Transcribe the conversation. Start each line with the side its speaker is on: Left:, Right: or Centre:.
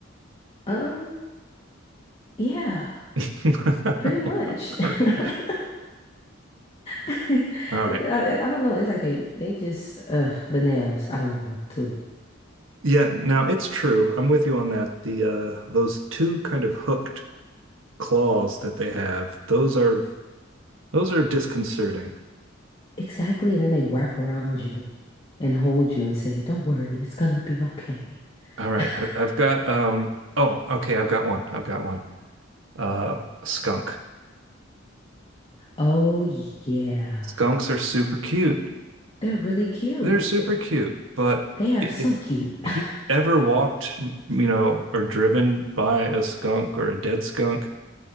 Left: Um, yeah,
Right: <laughs>
Left: pretty much.
Right: All right.
Left: <laughs> I,
Right: All right.
Left: I don't know. It's like they they just uh the nails. I don't know too.
Right: Yeah, now it's true. I'm with you on that. The uh those two kind of hooked claws that they have, those are those are disconcerting.
Left: Exactly, and then they wrap around you. and hold you and say, Don't worry, it's gonna be okay.
Right: All right,
Left: <laughs>
Right: I, I've got um. Oh, okay, I've got one. I've got one. Uh, a skunk.
Left: Oh, yeah.
Right: Skunks are super cute.
Left: They're really cute.
Right: They're super cute, but
Left: They are
Right: i-
Left: so
Right: if
Left: cute. <laughs>
Right: if you ever walked, you know, or driven by a skunk or a dead skunk,